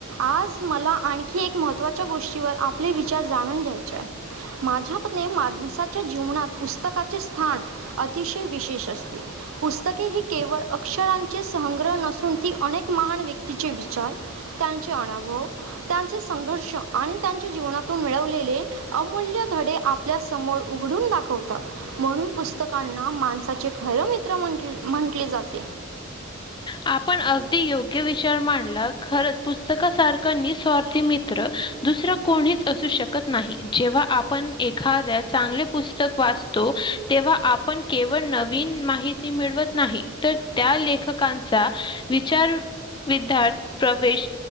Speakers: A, on the right; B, on the left.
A: आज मला आणखी एक महत्त्वाच्या गोष्टीवर आप आपले विचार जाणून घ्यायचे आहे माझ्या माणसाच्या जीवनात पुस्तकाचे स्थान अतिशय विशेष असते पुस्तके ही केवळ अक्षरांचे संग्रह नसून ती अनेक महान व्यक्तीचे विचार त्यांचे अनुभव त्यांचे संघर्ष आणि त्यांच्या जीवनातून मिळवलेले अमूल्य धडे आपल्यासमोर उघडून दाखवतात म्हणून पुस्तकांना माणसाचे खरं मित्र म्हंट म्हटले जाते
B: आपण अगदी योग्य विचार मांडला खरं पुस्तकासारखा निस्वार्थी मित्र दुसरं कोणीच असू शकत नाही जेव्हा आपण एखाद्या चांगले पुस्तक वाचतो तेव्हा आपण केवळ नवीन माहिती मिळवत नाही तर त्या लेखकां चा विचार विद्याथ प्रवेश